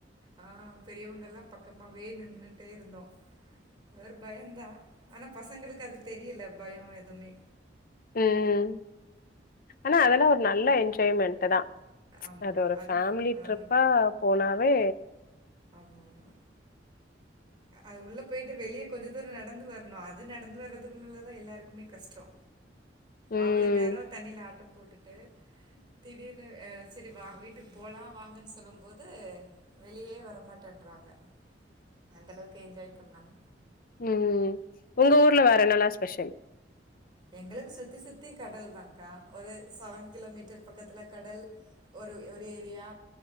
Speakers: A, on the right (about 25°); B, on the left (about 50°).
A: ஆ பெரியவங்கலா பக்கமாவே நின்னுட்டே இருந்தோ அவர் பயோன்தா ஆனா பசங்களுக்கு அது தெரியல பயோ எதுமே
B: ம் ஆனா அதெல்லா ஒரு நல்ல என்ஜாய்மெண்ட்டு தா ம்ச்
A: ஆமா
B: அது ஒரு ஃபேமிலி
A: ஆ
B: ட்ரிப்பா போனாவே
A: ஆமா ஆமா அ அது உள்ள போயிட்டு வெளியே கொஞ்ச தூரோ நடந்து வர்ணு அது நடந்து வரதுக்குள்ளல்ல தா எல்லாருக்குமே கஷ்டோ
B: ம்
A: அவளோ நேரோ தண்ணில ஆட்டம் போட்டுட்டு திடீர்னு ஆ செரி வா வீட்டுக்கு போலா வாங்கன்னு சொல்லும் போது வெளியே வரமாட்டேன்றாங்க அந்த அளவுக்கு என்ஜாய் பண்ணாங்க
B: ம் உங்க ஊர்ல வேற என்னலா ஸ்பெஷல்
A: எங்களுக்கு சுத்தி சுத்தி கடல் தாங்க்கா ஒரு செவன் கிலோமீட்டர் பக்கத்துல கடல் ஒரு ஒரு ஏரியா